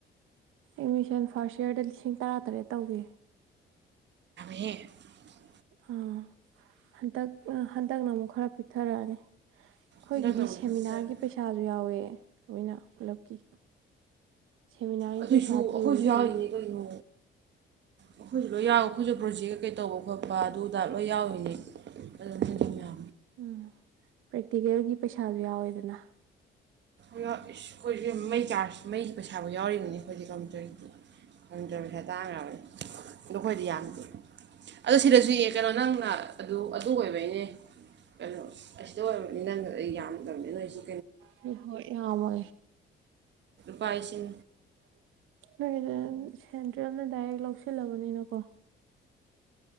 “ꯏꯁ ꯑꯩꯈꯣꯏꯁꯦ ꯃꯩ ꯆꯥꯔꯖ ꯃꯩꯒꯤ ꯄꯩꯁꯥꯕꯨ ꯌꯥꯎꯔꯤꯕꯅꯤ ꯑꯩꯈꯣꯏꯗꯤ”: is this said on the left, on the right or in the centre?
Right